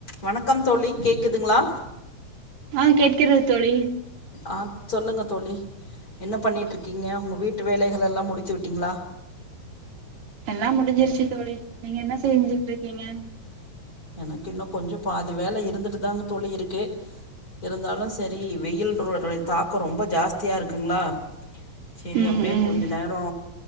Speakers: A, on the left; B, on the right.
A: வணக்கம் தோழி கேக்குதுங்களா
B: ஆ, கேட்கிறது தோழி
A: ஆ, சொல்லுங்க தோழி என்ன பண்ணிட்ருக்கீங்க உங்க வீட்டு வேலைகள் எல்லா முடிச்சி விட்டீங்களா
B: எல்லா முடிஞ்சிருச்சு தோழி நீங்க என்ன செஞ்சுட்ருக்கீங்க
A: எனக்கு இன்னு கொஞ்சோ பாதி வேல இருந்துட்டுதாங் தோழி இருக்கு இருந்தாலும் சரி வெயில் ரோ ரோல் தாக்கோ ரொம்ப ஜாஸ்தியா இருக்குங்களா சரி
B: ம்
A: அப்டியே
B: ம்
A: கொஞ்ச நேரோ